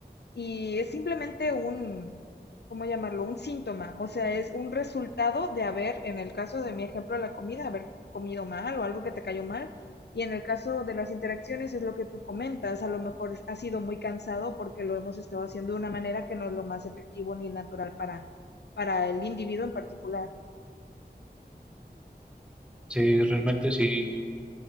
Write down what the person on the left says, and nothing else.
y es simplemente un, ¿cómo llamarlo? Un síntoma, o sea, es un resultado de haber, en el caso de mi ejemplo de la comida, haber comido mal o algo que te cayó mal. Y en el caso de las interacciones es lo que tú comentas, a lo mejor ha sido muy cansado porque lo hemos estado haciendo de una manera que no es lo más efectivo ni natural para, para el individuo en particular.